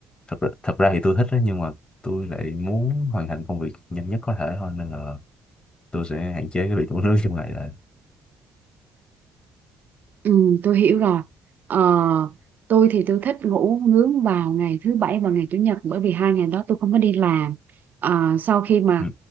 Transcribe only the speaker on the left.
thật ra, thật ra thì tôi thích đó nhưng mà tôi lại muốn hoàn thành công việc nhanh nhất có thể thôi nên là tôi sẽ hạn chế cái việc ngủ nướng trong ngày lại
ừ.